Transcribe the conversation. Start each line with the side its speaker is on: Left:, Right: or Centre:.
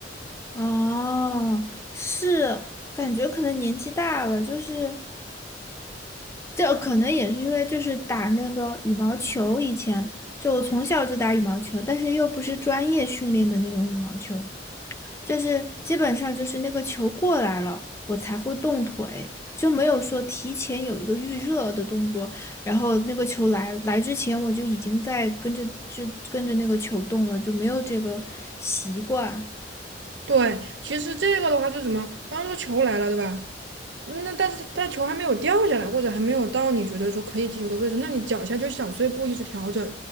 Left: 哦，是，感觉可能年纪大了，就是，这可能也是因为就是打那个羽毛球，以前就从小就打羽毛球，但是又不是专业训练的那种羽毛球，就是基本上就是那个球过来了，我才会动腿，就没有说提前有一个预热的动作，然后那个球来来之前我就已经在跟着就跟着那个球动了，就没有这个习惯。
Right: 对，其实这个的话就是什么？比方说球来了，对吧？嗯那但是它球还没有掉下来，或者还没有到你觉得说可以击球的位置，那你脚下就小碎步一直调整，